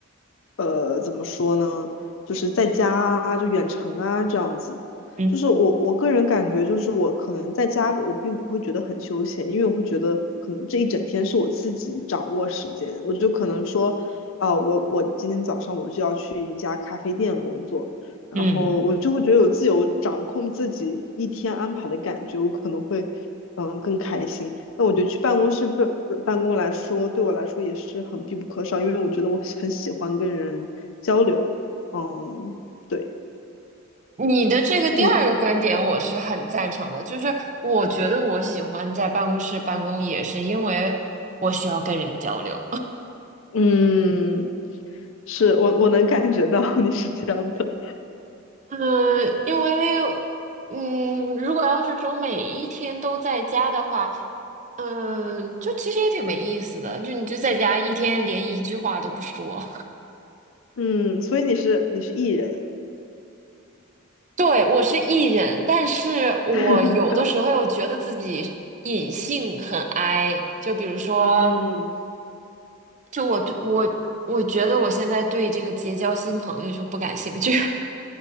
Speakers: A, on the left (about 60°); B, on the right (about 35°).
A: 呃，怎么说呢，就是在家啊，就远程啊这样子。
B: 嗯
A: 就是我我个人感觉，就是我可能在家我并不会觉得很休闲，因为我会觉得可能这一整天是我自己掌握时间，我就可能说。啊，我我今天早上我就要去一家咖啡店工作，然后我就会觉得有自由掌控自己一天安排的感觉，
B: 嗯。
A: 我可能会嗯更开心。那我觉得去办公室办办公来说，对我来说也是很必不可少，因为我觉得我很喜欢跟人交流。嗯，对
B: 你的这个第二个观点，
A: 你，
B: 我是很赞成的。就是我觉得我喜欢在办公室办公，也是因为我需要跟人交流。
A: 嗯，是我我能感觉到 <laughs> 你是这样的，
B: 嗯，因为嗯，如果要是说每一天都在家的话，嗯，就其实也挺没意思的，就你就在家一天连一句话都不说。
A: 嗯，所以你是你是 E 人，
B: <laughs> 对，我是 E 人，但是我有的时候又觉得自己隐性很
A: <laughs>
B: I，就比如说，
A: 嗯，
B: 就我对我我觉得我现在对这个结交新朋友就不感兴趣。<laughs>